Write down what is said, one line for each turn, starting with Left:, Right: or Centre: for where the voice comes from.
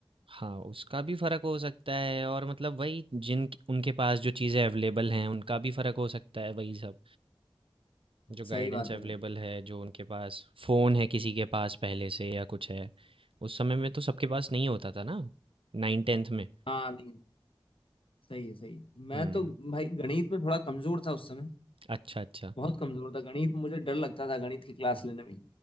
Right: हाँ उसका भी फर्क हो सकता है और मतलब वही जिन उनके पास जो चीज़ें अवेलेबल हैं उनका भी फर्क हो सकता है वही सब जो गाइडेंस
Left: सही बात
Right: अवेलेबल
Left: है भाई
Right: है जो उनके पास फ़ोन है किसी के पास पहले से या कुछ है उस समय में तो सबके पास नहीं होता था ना नाइन टेंथ में
Left: हाँ नहीं सही है सही है मैं
Right: हम्म
Left: तो भाई गणित में थोड़ा कमजोर था उस समय
Right: अच्छा अच्छा
Left: बहुत कमजोर था गणित मुझे डर लगता था गणित की क्लास लेने में